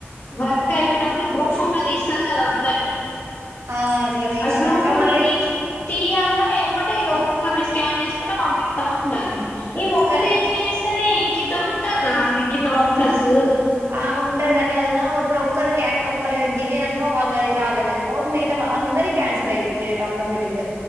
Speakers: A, on the left (about 55°); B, on the right (about 80°).
A: వర్క్ అయిపోయినంకా. గ్రూప్ ఫోటో తీస్తది గాదా అందర్నీ.
B: ఆ అట్లా తీసినాక
A: ఆ గ్రూఫుటో
B: మళ్ళీ
A: తీస్ తీయ్యాంగానే ఎమ్మట్ టే ఒక్కొక్కర్ని స్కాన్ చేసుకుంట పంపిత్త ఉండాలి. ఈమోక్కతే
B: కానీ
A: ఎట్లా చేస్తది. ఇం కిద్దరు ఉంటార్ రా. ఆమె కింద వర్కర్సు
B: ఆ ఉంటారు గానీ వదినా. ఉప్పుడు ఒక్కల్కే ఒక్కరే దిగినంక వాళ్ళయి రాలేదనుకో, మిగతావ అందరి క్యాన్సిల్ అయితున్నాయిట, ఆటోమేటిక్ గా.